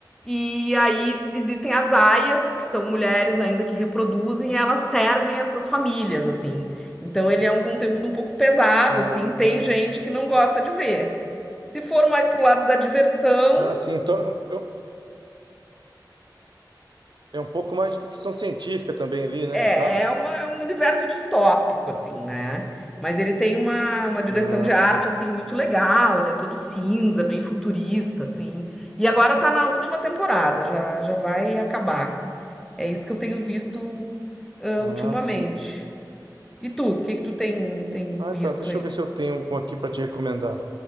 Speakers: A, in the centre; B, on the right.
A: E aí existem as aias, que são mulheres ainda que reproduzem, e elas servem essas famílias, assim. Então ele é um conteúdo um pouco pesado,
B: Ah,
A: assim, tem gente que não gosta de ver. Se for mais pro lado da diversão,
B: ah, sim. Então é um, é um é um pouco mais de ficção científica também ali, né?
A: É,
B: No caso.
A: é, uma- é um universo distópico, assim, né? Mas ele tem uma, uma direção
B: Ah,
A: de arte,
B: sim.
A: assim, muito legal. Ele é todo cinza, bem futurista, assim. E agora tá na última temporada, já, já vai acabar. É isso que eu tenho visto, ãh,
B: Ah,
A: ultimamente.
B: sim.
A: E tu, o que que tu tem, tem visto
B: Ah, então, deixa
A: aí?
B: eu ver se eu tenho algum aqui para te recomendar.